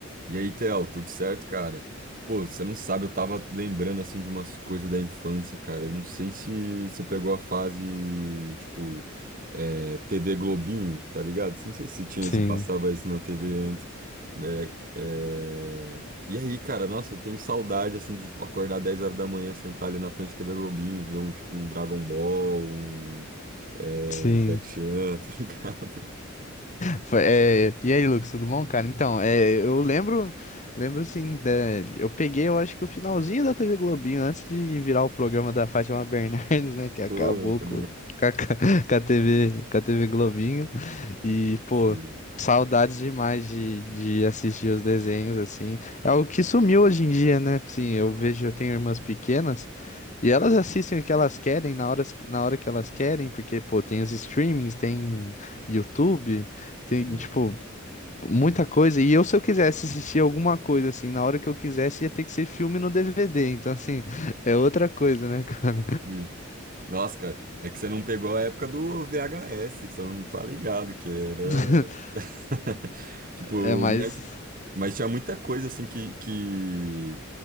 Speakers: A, on the right; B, on the left.
A: E aí, Theo, tudo certo, cara? Pô, você não sabe, eu tava lembrando assim de umas coisas da infância, cara. Eu não sei se você pegou a fase, tipo, é, TV Globinho, tá ligado? Não sei se tinha,
B: Sim,
A: se passava isso na TV antes, né? É, E aí, cara, nossa, eu tenho saudade assim de tipo acordar 10 horas da manhã, sentar ali na frente da TV Globinho, ver um tipo um Dragon Ball, um é,
B: sim.
A: Jack Chan, tá ligado?
B: Foi- é, e aí, Lucas, tudo bom, cara? Então, é, eu lembro, lembro assim, da- eu peguei, eu acho que o finalzinho da TV Globinho, antes de virar o programa da Fátima Bernardes, né, que acabou
A: <laughs> Pô, tá...
B: com, com a, com a TV, com a TV Globinho. E, pô,
A: Sim,
B: saudades demais de, de assistir os desenhos, assim. É algo que sumiu hoje em dia, né? Assim, eu vejo, eu tenho irmãs pequenas e elas assistem o que elas querem na hora, na hora que elas querem, porque, pô, tem os streamings, tem YouTube, tem,
A: sim,
B: tipo, muita coisa. E eu, se eu quisesse assistir alguma coisa, assim, na hora que eu quisesse, ia ter que ser filme no DVD. Então, assim, <laughs> é outra coisa, né, cara?
A: sim. Nossa, cara, é que você não pegou a época do VHS, que você não tá ligado, que era.
B: <laughs>
A: <laughs> Tipo,
B: É mais.
A: mas, mas tinha muita coisa, assim, que, que.